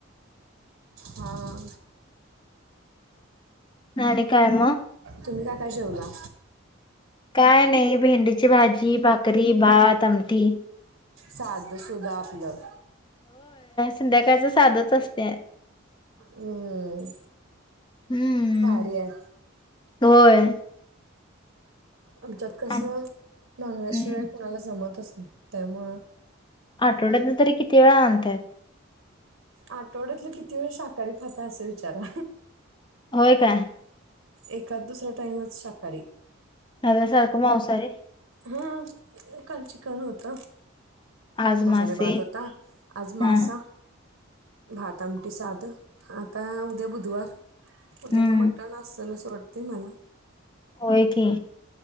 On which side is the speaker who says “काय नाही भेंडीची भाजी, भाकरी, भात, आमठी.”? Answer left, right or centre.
Left